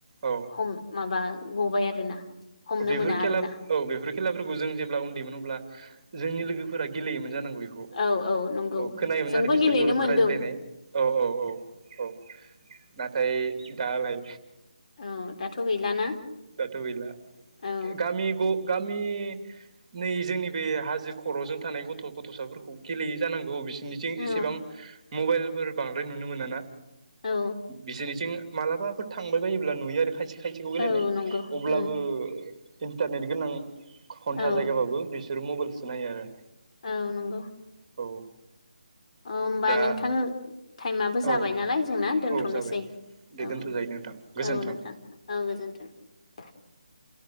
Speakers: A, on the right (about 40°); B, on the left (about 45°).
A: औ
B: हम माबा गबाय आरोना हमनो
A: बेफोर
B: मोना
A: खेला,
B: आरोना
A: औ बेफोर खेलाफोरखौ जों जेब्ला उन्दैमोन अब्ला जोंनि लोगोफोरा गेलेयोमोन जानांगौ बैखौ,
B: औ नंगौ
A: औ खोनायोमोन
B: जोंबो
A: आरो बिसोरखौ
B: गेलेनो मोनदों
A: रायज्लायनाय, औ औ औ औ नाथाय दालाय
B: औ, दाथ' गैलाना?
A: दाथ' गैला
B: औ
A: गामि ग गामि इ नै जोंनि बे हाजो खर'जों थानाय गथ' गथ'साफोरखौ गेलेयो जानांगौ बि बिसोरनिथिं
B: औ
A: एसेबां मबाइलफोर बांद्राय नुनो मोनाना
B: औ
A: बिसोरनिथिं मालाबाफोर थांबाय बायोब्ला नुयो आरो खायसे खायसेखौ गेलेनायअब्लाबो
B: औ नंगौ उम
A: इन्टारनेट गोनां हन्था
B: औ
A: जायगाबाबो बिसोरो मबाइलसो नायो आरो
B: औ नंगौ
A: औ
B: औ होमबा
A: दा
B: नोंथां थाइमाबो जाबाय
A: औ
B: नालाय जों ना दोनथनोसै
A: औ जाबाय दे
B: औ
A: दोनथ' जायो नोंथां गोजोन्थों
B: औ नोंथां औ गोजोनथों <unintelligible>